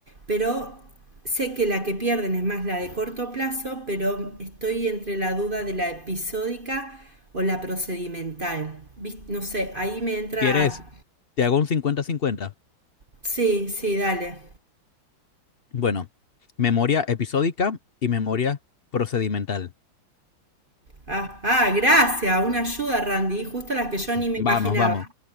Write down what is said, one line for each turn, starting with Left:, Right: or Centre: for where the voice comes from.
Right: pero sé que la que pierden es más la de corto plazo, pero estoy entre la duda de la episódica o la procedimental. Vis- No sé, ahí me entra...
Left: ¿Quieres? Te hago un cincuenta cincuenta
Right: Sí, sí, dale.
Left: Bueno, memoria episódica y memoria procedimental.
Right: Ah, ah, gracias, una ayuda, Randy, justo las que yo ni me
Left: Vamos,
Right: imaginaba.
Left: vamos,